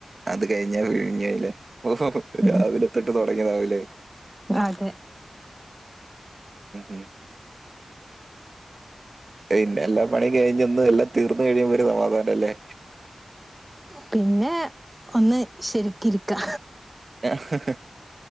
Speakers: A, on the right; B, on the right.
A: അത് കയിഞ്ഞാ കഴിഞ്ഞല്ലേ ഓഹ്
B: ഉം
A: രാവിലെ തൊട്ട് തൊടങ്ങിയതാവൂലേ
B: അതെ
A: ഉം പിന്നെ എല്ലാ പണി കയിഞ്ഞ ഒന്ന് എല്ലാം തീർന്ന കഴിയുമ്പ ഒരു സമാധാനല്ലേ
B: പിന്നെ ഒന്ന് ശരിക്കിരിക്കാ
A: ആഹ്